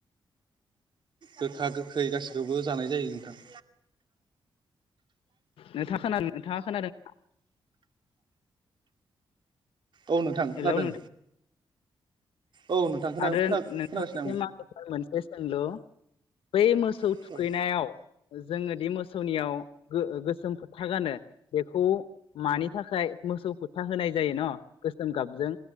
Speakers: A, on the right; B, on the left.
A: गोखा गोखै गासिखौबो जानाय जायो नोंथां।
B: नोंथाङा खोनादो नोंथाङा खोनादों?
A: औ नोंथां
B: हेलौ
A: खोनादों।
B: नोंथां
A: औ नोंथां खोना
B: आरो
A: खोना
B: नोंथांनिस
A: खोनागासिनो
B: आंनि मोनसे सोंलु। बै मो सौ
A: आं
B: थुखैनायाव जोङो दि मोसौनियाव गो-गोसोम फोथा गानो बेखौ मानि थाखाय मोसौ फोथा होनाय जायो न गोसोम गाबजों